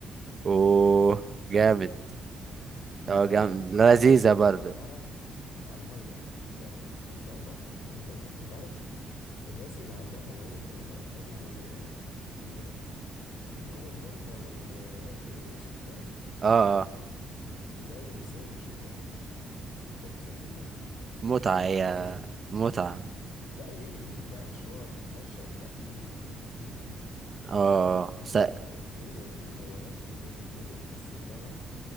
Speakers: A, on the right; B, on the left.
A: اوه جامد
B: دي
A: اه
B: بقى
A: جامد
B: جرب
A: لذيذة
B: انك تركب خيل
A: برضه
B: على على المية يعني تمشي على البحر وانت راكب انت عارف الناس اللي عندها هواية ان هم يركبوا آه، اسمه ايه ده اللي هو الهوندا والريس وبتاع
A: اه اه
B: لا يساوي شيء جنب الخيل اقسم بالله
A: متعة هي
B: حرفيا
A: متعة
B: لا ويجري بيك بقى مش اللي هو بيتمشى وبتاع يجري بيك يجري
A: اه اه
B: وخلي
A: س... اه
B: بالك الخيل من الحيوانات الذكيه جدا اللي بتحس وبتعرف